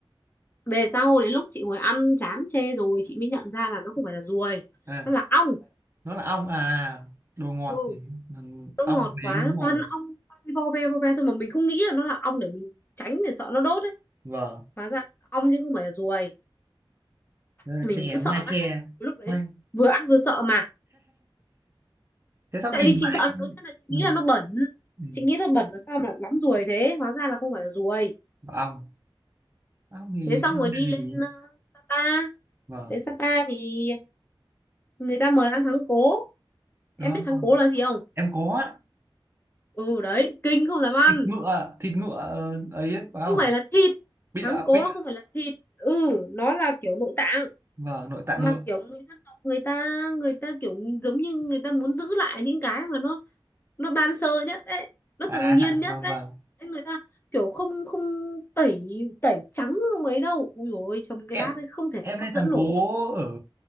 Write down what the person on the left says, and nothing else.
về sau đến lúc chị ngồi ăn chán chê rồi chị mới nhận ra là nó không phải là ruồi
nó là ong
ừ.
nó
ngọt
quá
nó
toàn ong vo ve vo ve thôi mà mình không nghĩ là nó là ong để mình tránh để sợ nó đốt ấy
hóa ra là ong chứ không phải là ruồi
mình
cứ sợ
mãi lúc đấy
vừa ăn vừa sợ mà
tại
vì chị
sợ đầu tiên là chị nghĩ
là nó bẩn
chị nghĩ nó bẩn là sao mà lắm ruồi thế hóa ra là không phải là ruồi
thế xong
rồi đi
lên ờ, Sapa
đến Sapa thì người ta mời ăn thắng cố em
biết thắng cố là gì không
ừ đấy kinh không dám ăn
không phải là thịt
thắng cố
nó không phải là thịt ừ nó là kiểu nội tạng
mà
kiểu người dân tộc người ta người ta kiểu giống như người ta muốn giữ lại những cái mà nó nó ban sơ nhất đấy nó
tự nhiên nhất
đấy
Thế người ta kiểu không không tẩy tẩy trắng không mấy đâu ui dồi ôi trông cái
bát ấy không thể nào
hấp
dẫn
nổi
chị